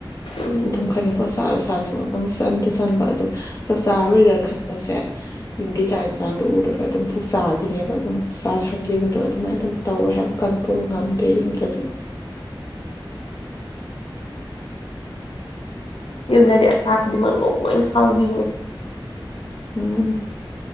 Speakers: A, on the left; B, on the left.
A: ꯎꯝ
B: ꯑꯗꯨꯝ ꯈꯔꯅꯤ ꯄꯣꯠ ꯆꯥꯗ ꯆꯥꯅꯤꯡꯕ ꯄꯪ ꯆꯟꯗ ꯆꯟꯕ ꯑꯗꯨꯝ ꯆꯥꯛꯆꯥꯔꯣꯏꯔꯒ ꯈꯠꯄꯁꯦ ꯌꯨꯝꯒꯤ ꯆꯥꯛ ꯌꯦꯟꯁꯥꯡ ꯑꯗꯨ ꯎꯔꯒ ꯑꯗꯨꯝ ꯊ ꯊꯣꯛꯆꯥꯈꯤꯅꯦꯕ ꯑꯗꯨꯝ ꯁꯥ ꯁꯟꯈꯤꯕꯗꯣ ꯑꯗꯨꯃꯥꯏꯅ ꯑꯗꯨꯝ ꯇꯧꯋꯦ ꯍꯥꯏꯕ ꯀꯟꯇ꯭ꯔꯣꯜ ꯉꯝꯗꯦ ꯌꯨꯝꯗꯗꯤ
A: ꯌꯨꯝꯗꯗꯤ ꯑꯆꯥ ꯈꯨꯗꯤꯡꯃꯛ ꯂ ꯂꯣꯏꯅ ꯍꯥꯎꯕꯤꯅꯦ
B: ꯎꯝ